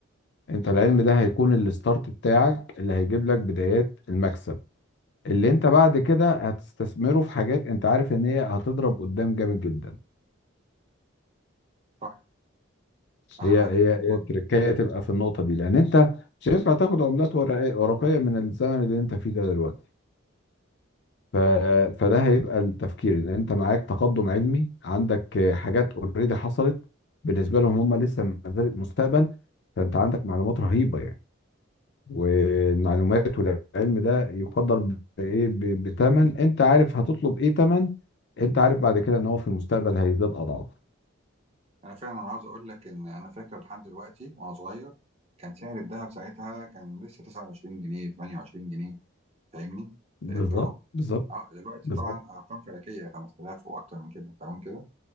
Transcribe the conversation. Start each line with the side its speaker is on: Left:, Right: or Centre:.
Left: انت العلم ده هيكون الستارت بتاعك اللي هيجيب لك بدايات المكسب اللي انت بعد كده هتستثمره في حاجات انت عارف ان هي هتضرب قدام جامد جدا
Right: صح انا
Left: هي
Right: معاك
Left: هي
Right: في الموضوع
Left: هي التركية
Right: ده
Left: تبقى في النقطة دي لأن أنت مش هينفع تاخد عملات ورقية ورقية من الزمن اللي أنت فيه ده دلوقتي ف... فده هيبقى التفكير إن أنت معاك تقدم علمي عندك آه، حاجات أوريدي حصلت بالنسبة لهم هم لسه ما زالت مستقبل فأنت عندك معلومات رهيبة يعني والمعلومات والعلم ده يقدر بإيه ب- بتمن أنت عارف هتطلب إيه تمن أنت عارف بعد كده إن هو في المستقبل هيزداد أضعاف
Right: انا فعلا عاوز اقول لك ان انا فاكر لحد دلوقتي وانا صغير كان سعر الذهب ساعتها كان لسه 29 جنيه 28 جنيه فاهمني؟
Left: بالظبط
Right: جرام
Left: بالظبط
Right: اه دلوقتي
Left: بالظبط
Right: طبعا ارقام فلكيه 5000 واكتر من كده تمام كده